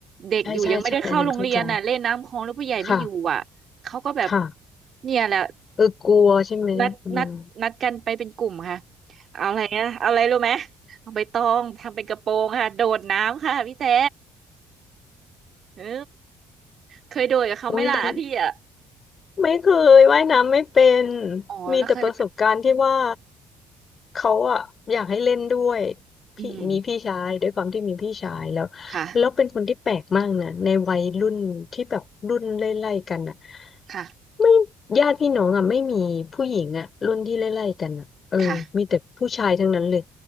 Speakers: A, on the right; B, on the left.
A: เด็กอยู่ยังไม่ได้เข้าโรงเรียนน่ะเล่นน้ำคลองแล้วผู้ใหญ่ไม่อยู่อ่ะเขาก็แบบ
B: ใช่ใช่ใช่อันนั้นเข้าใจค่ะค่ะ
A: เนี่ยแหละ
B: เออกลัวใช่ไหมอืม
A: นัดนัดนัดกันไปเป็นกลุ่มค่ะเอาอะไรนะเอาอะไรรู้ไหมเอาใบตองทำเป็นกระโปรงค่ะโดดน้ำค่ะพี่แต่เออเคยโดดกับเขาไหมล่ะพี่อ่ะ
B: อุ้ยดัน ไม่เคยว่ายน้ำไม่เป็น
A: อ๋อแล้วเคย
B: มีแต่ประสบการณ์ที่ว่าเขาอะอยากให้เล่นด้วยพี่มีพี่ชายด้วยความที่มีพี่ชายแล้ว
A: อืมค่ะ
B: แล้วเป็นคนที่แปลกมากนะในวัยรุ่นที่แบบรุ่นไล่ๆกันอะ
A: ค่ะ
B: ไม่ญาติพี่น้องอะไม่มีผู้หญิงอะรุ่นที่ไล่ๆกันอะเออมีแต่ผู้ชายทั้งนั้นเลย
A: ค่ะ